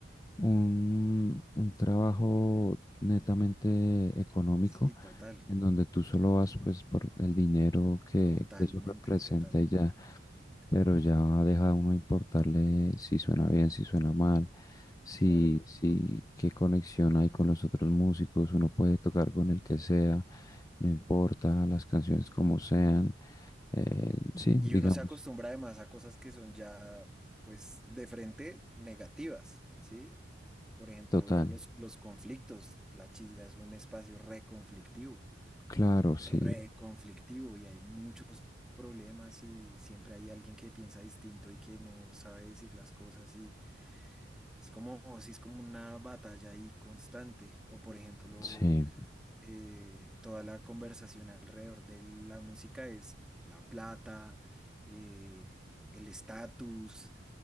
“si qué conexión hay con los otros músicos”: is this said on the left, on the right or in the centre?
Left